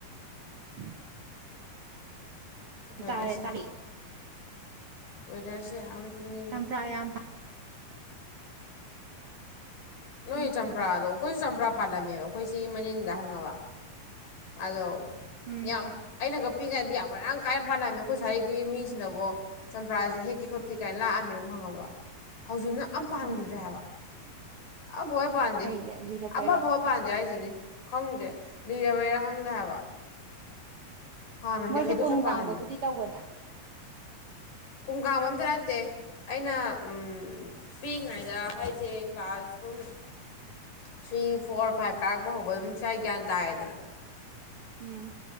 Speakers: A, on the right; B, on the left.
A: ꯎ <inaudible>
B: ꯋꯦꯗꯔꯁꯦ
A: ꯇꯥꯔꯦ ꯇꯥꯔꯛꯏ
B: ꯋꯦꯗꯔꯁꯦ ꯌꯥꯝ ꯇꯨꯝꯅꯤꯡꯉꯤ
A: ꯆꯥꯝꯄ꯭ꯔ <unintelligible> ꯌꯥꯝ
B: ꯅꯣꯏ
A: ꯇꯨꯝꯊꯣꯛꯑꯣ
B: ꯆꯝꯄ꯭ꯔꯥꯗꯣ ꯑꯩꯈꯣꯏꯁꯨ ꯆꯝꯄ꯭ꯔꯥ ꯄꯥꯜꯂꯝꯃꯦꯕ ꯑꯩꯈꯣꯏ ꯁꯤꯒꯤ ꯃꯅꯤꯡꯗ ꯍꯪꯉꯕ ꯑꯗꯣ
A: ꯎꯝ
B: ꯌꯥꯝ ꯑꯩꯅꯒ ꯄꯤꯛꯏꯉꯩꯗꯤ ꯌꯥꯝ ꯃꯔꯥꯡ ꯀꯥꯏꯅ ꯄꯥꯜꯂꯝꯃꯤ ꯑꯩꯈꯣꯏ ꯁ꯭ꯥꯏꯒꯤ ꯃꯤꯁꯤꯅꯕꯣ ꯆꯝꯄ꯭ꯔꯥꯁꯦ ꯍꯦꯛꯀꯦ ꯈꯣꯠꯀꯦ ꯀꯥꯏꯅ ꯂꯥꯛꯑꯝꯃꯦꯕ ꯍꯪꯉꯕ ꯍꯧꯖꯤꯛꯅ ꯑꯝ ꯄꯥꯟꯈꯤꯗ꯭ꯔꯦ
A: ꯎꯝ
B: ꯍꯥꯏꯕ ꯑꯝꯐꯥꯎꯍꯦꯛ ꯄꯥꯟꯗꯦ
A: ꯀꯩꯒꯤ ꯂꯤꯔꯛꯄꯩꯔꯥ
B: ꯑꯃꯐꯥꯎꯍꯦꯛ ꯄꯥꯟꯗꯦ ꯍꯥꯏꯁꯤꯅꯤ ꯈꯪꯗꯦ ꯂꯤꯔꯕꯩꯔꯥ ꯈꯪꯗꯦ ꯍꯥꯏꯕ ꯍꯥꯟꯅꯗꯤ
A: ꯃꯣꯏꯁꯨ
B: ꯍꯩꯗꯣꯛꯈꯩ
A: ꯀꯨꯝ
B: ꯄꯥꯜꯂꯝꯃꯦ
A: ꯀꯥꯡꯕꯕꯨꯗꯤ ꯇꯧꯕꯅꯦ
B: ꯀꯨꯝꯀꯥꯡꯕ ꯑꯝꯇ ꯅꯠꯇꯦ ꯑꯩꯅ ꯎꯝ ꯄꯤꯛꯏꯉꯩꯗ ꯍꯥꯏꯁꯦ ꯀ꯭ꯂꯥꯁ ꯑꯗꯨꯝ ꯊ꯭ꯔꯤ ꯐꯣꯔ ꯐꯥꯏꯚ ꯀꯥꯔꯛꯄ ꯍꯧꯕ ꯑꯗꯨꯝ ꯁꯥꯏ ꯒ꯭ꯌꯥꯟ ꯇꯥꯔꯦꯗꯅ
A: ꯎꯝ